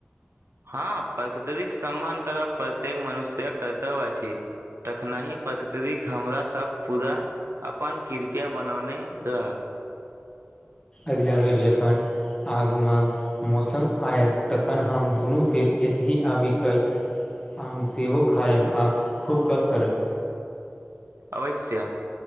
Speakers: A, on the right; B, on the left.
A: हँ प्रकृतिक सम्मान करब प्रत्येक मनुष्यक कर्तव्य अछि। तखनहि प्रकृतिक हमरा सब पूरा अपन कृपया बनौने रहत।
B: अगिला बेर जखन आगमक मौसम आयत तखन हम दुनू फेर एतहि आबिकैअ आम सेहो खायब आ खूब गप करब।
A: अवश्य